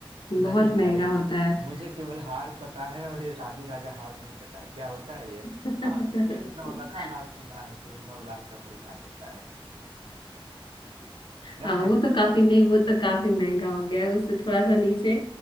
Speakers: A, on the left; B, on the right.
A: बहुत
B: नहीं भाई
A: महंगा होता है
B: मुझे केवल हार पता है और ये रानी राजा हार नहीं पता है क्या होता है ये
A: <laughs>
B: हाँ एक नौलखा हार सुना है कि वो नौ लाख का कोई हार होता
A: हाँ
B: है
A: वो तो
B: <laughs>
A: काफी नहीं वो तो काफी महंगा हो गया है उससे थोड़ा सा नीचे